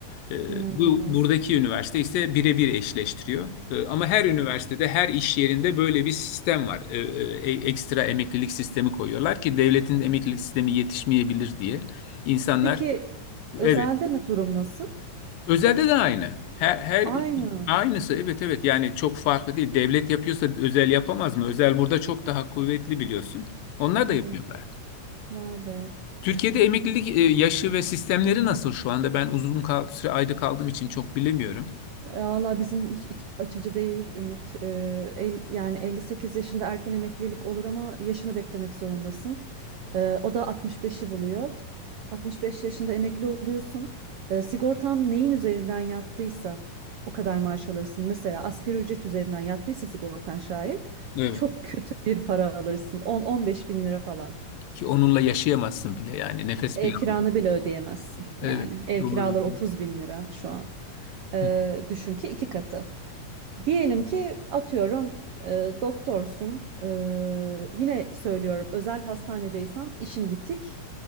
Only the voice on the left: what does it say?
E,
bu buradaki üniversite ise birebir eşleştiriyor. E, ama her üniversitede, her iş yerinde böyle bir sistem var. E, e, e, ekstra emeklilik sistemi koyuyorlar ki devletin emeklilik sistemi yetişmeyebilir diye. İnsanlar
Evet. evet
Özelde de aynı. Her her
iki- aynısı evet evet yani çok farklı değil. Devlet yapıyorsa özel yapamaz mı? Özel burada çok daha kuvvetli biliyorsun. Onlar da
yapıyorlar.
Türkiye'de emeklilik e, yaşı ve sistemleri nasıl şu anda? Ben uzun kal süre ayda kaldığım için çok bilemiyorum.
Evet.
Ki onunla yaşayamazsın bile yani nefes
bile
aldım.
Evet
doğru.
Hı,